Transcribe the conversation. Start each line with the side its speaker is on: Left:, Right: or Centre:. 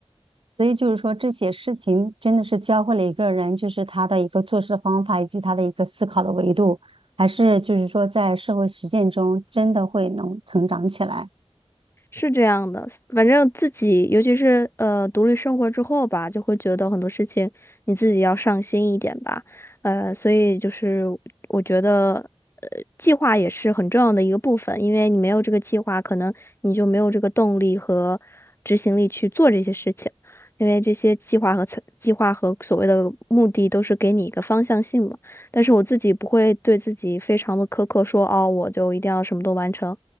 Right: 所以就是说，这些事情真的是教会了一个人，就是他的一个做事的方法，以及他的一个思考的维度，还是就是说在社会实践中真的会能成长起来。
Left: 是这样的，反正自己，尤其是呃独立生活之后吧，就会觉得很多事情你自己要上心一点吧，呃，所以就是我觉得，呃，计划也是很重要的一个部分，因为你没有这个计划，可能你就没有这个动力和执行力去做这些事情，因为这些计划和策计划和所谓的目的都是给你一个方向性嘛。但是我自己不会对自己非常的苛刻说，哦，我就一定要什么都完成。